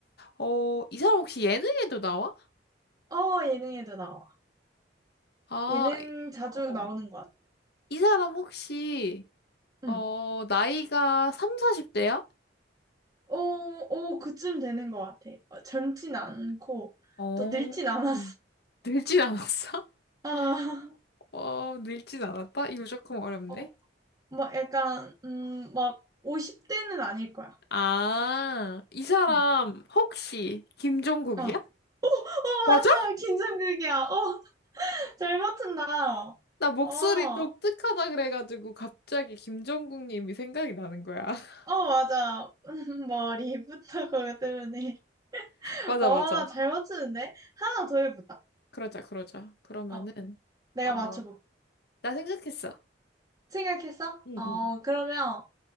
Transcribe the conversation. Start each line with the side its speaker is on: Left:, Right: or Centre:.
Left: 어, 이 사람 혹시 예능에도 나와?
Right: 어, 예능에도 나와.
Left: 아,
Right: 예능
Left: 이-
Right: 자주
Left: 어,
Right: 나오는 것 같아요.
Left: 이 사람 혹시
Right: 응.
Left: 어, 나이가 3, 40대야?
Right: 어, 어, 그쯤 되는 것 같아. 어, 젊진 않고,
Left: 어,
Right: 또 늙진 않았어.
Left: 늙진 않았어?
Right: <laughs> 아,
Left: <laughs> 어, 늙진 않았다? 이거 조금 어렵네.
Right: 어, 막 약간, 음, 막 50대는 아닐 거야.
Left: 아, 이 사람
Right: 응.
Left: 혹시 김종국이야?
Right: 어, 어, 맞아.
Left: 맞아?
Right: 긴장극이야. 어, 잘 맞춘다. 어,
Left: 나 목소리
Right: 어,
Left: 독특하다 그래가지고 갑자기 김종국님이 생각이 나는 거야. <laughs>
Right: 맞아. <laughs> 머리부터 그거 때문에.
Left: 맞아,
Right: 어,
Left: 맞아.
Right: 잘 맞추는데? 하나 더 해보자.
Left: 그러자, 그러자. 그러면은,
Right: 어, 내가
Left: 어,
Right: 맞춰볼게.
Left: 나 생각했어.
Right: 생각했어?
Left: 응,
Right: 어,
Left: 응,
Right: 그러면,